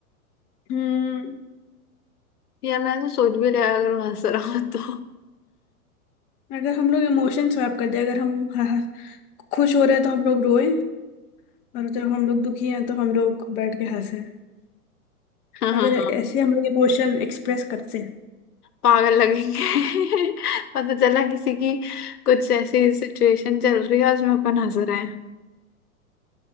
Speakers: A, on the left (about 20°); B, on the left (about 85°).
A: हम्म
B: यार मैंने तो सोच भी लिया अगर वो हंस रहा हो तो
A: अगर हम लोग इमोशन स्वैप कर दे अगर हम ह- ह- खुश हो रहे हैं तो हम लोग रोए और जब हम लोग दुखी हैं तो हम लोग बैठ के हंसे
B: <laughs> हाँ
A: अगर ऐसे हम लोग इमोशन एक्सप्रेस करते हैं
B: पागल लगेंगे <laughs> पता चला किसी की कुछ ऐसी सिचुएशन चल रही है उसमें अपन हंस रहे